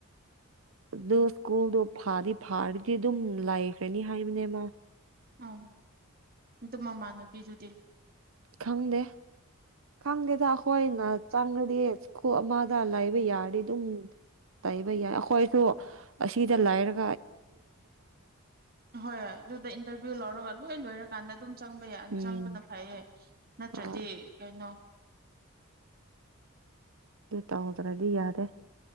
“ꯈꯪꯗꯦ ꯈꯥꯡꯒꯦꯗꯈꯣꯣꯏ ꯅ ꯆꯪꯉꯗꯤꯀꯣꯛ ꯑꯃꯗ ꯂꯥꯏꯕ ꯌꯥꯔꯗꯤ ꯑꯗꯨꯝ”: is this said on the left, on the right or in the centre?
Right